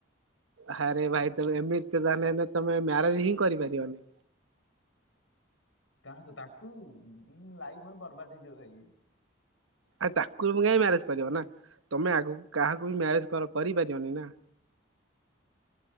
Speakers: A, on the right (about 85°); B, on the left (about 80°).
A: ହାରେ ଭାଇ ତୁମେ ଏମିତି
B: ଡରୁନି।
A: ତାନେ ହେଲେ ତମେ ମ୍ୟାରେ ହିଁ କରିପାରିବନି।
B: କାହାକୁ ତାକୁ ଲାଇଫି ମୋର ବର୍ବାଦ ହେଇଯିବ ଭାଇ।
A: ଆଉ ତାକୁ କାଇଁ ମ୍ୟାରେଜ କରିବ ନା ତମେ ଆଗକୁ କାହାକୁ ବି ମ୍ୟାରେଜ କର କରିପାରିବନି ନା।